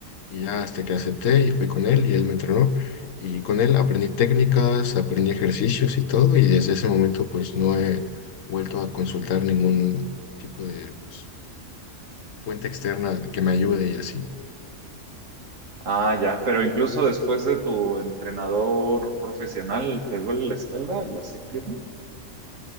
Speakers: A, on the left; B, on the right.
A: Y ya hasta que acepté y fui con él y él me entrenó. Y con él aprendí técnicas, aprendí ejercicios y todo. Y desde ese momento pues no he vuelto a consultar ningún tipo de pues, fuente externa que me ayude y así.
B: Ah, ya, pero incluso después de tu entrenador profesional, ¿te duele la espalda, la pierna?